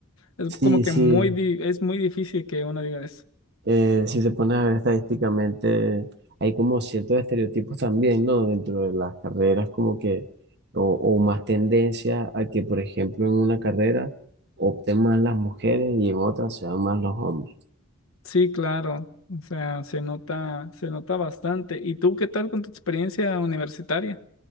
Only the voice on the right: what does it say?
sí,
sí,
eh, si te pones a ver estadísticamente, hay como ciertos estereotipos también, ¿no? Dentro de las carreras, como que, o, o más tendencia a que, por ejemplo, en una carrera opten más las mujeres y en otra sean más los hombres.